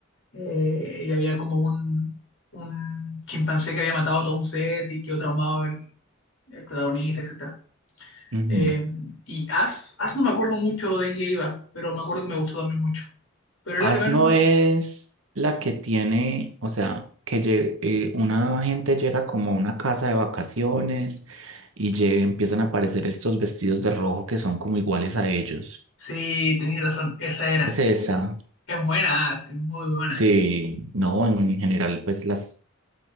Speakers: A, on the left; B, on the right.
A: Eh, y había como un, un chimpancé que había matado a todo un set y quedó traumado el, el protagonista, etc.
B: ujú.
A: Eh, y As, As no me acuerdo mucho de qué iba, pero me acuerdo que me gustó también mucho. Pero es
B: As
A: la que menos
B: no
A: me gustó.
B: es la que tiene, o sea, que lle- eh, una gente llega como a una casa de vacaciones y lle- empiezan a aparecer estos vestidos de rojo que son como iguales a ellos.
A: Sí, tenías razón, esa era.
B: Es esa.
A: Es buena As, es muy buena.
B: Sí, no, en general, pues las,